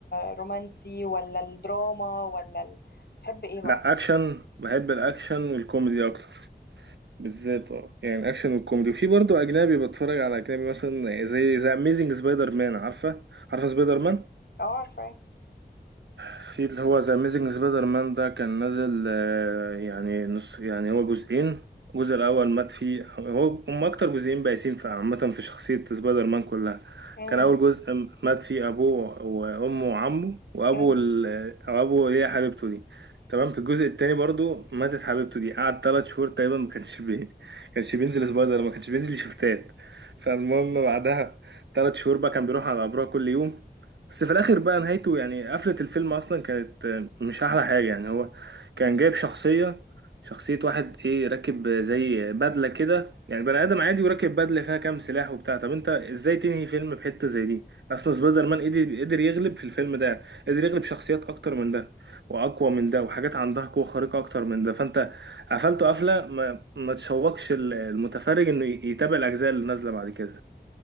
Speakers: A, on the left (about 65°); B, on the right (about 85°).
A: الرومانسي ولا الدراما ولا ال... بتحب ايه بقى
B: لا أكشن بحب الأكشن والكوميدي أكتر بالذات اه يعني الأكشن والكوميدي وفي برضه أجنبي بتفرج على أجنبي مثلا زي زي أميزنج سبايدر مان عارفة عارفة سبايدر مان
A: اه عارفه
B: في اللي هو ذا اميزنج سبايدر مان ده كان نازل آه، يعني نص يعني هو جزئين الجزء الاول مات فيه هو هم اكتر جزئين بائسين في عامه في شخصيه سبايدر مان كلها
A: امم
B: كان اول جزء م- مات فيه ابوه وامه وعمه وابو
A: امم
B: ال... او ابو اللي هي حبيبته دي تمام في الجزء التاني برضو ماتت حبيبته دي قعد ثلاث شهور تقريبا ما كانش بي... <laughs> ما كانش بينزل سبايدر ما كانش بينزل شفتات فالمهم بعدها ثلاث شهور بقى كان بيروح على قبرها كل يوم بس في الاخر بقى نهايته يعني قفلة الفيلم اصلا كانت آه، مش احلى حاجة يعني هو كان جايب شخصية شخصية واحد ايه راكب زي بدلة كده يعني بني ادم عادي وراكب بدلة فيها كام سلاح وبتاع طب انت ازاي تنهي فيلم بحتة زي دي اصلا سبايدر مان قدر قدر يغلب في الفيلم ده قدر يغلب شخصيات اكتر من ده واقوى من ده وحاجات عندها قوة خارقة اكتر من ده فانت قفلته قفلة ما, ما تشوقش ال- المتفرج انه ي- يتابع الاجزاء اللي نازلة بعد كده